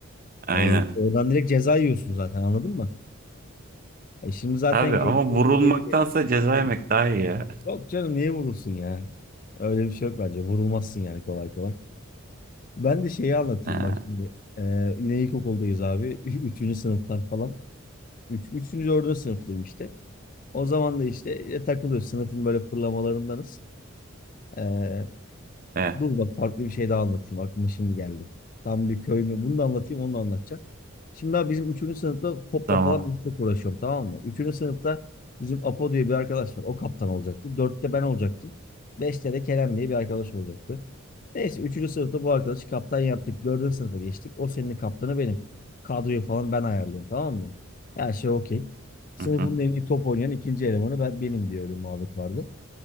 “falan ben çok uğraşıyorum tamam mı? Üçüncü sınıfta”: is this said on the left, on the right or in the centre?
Left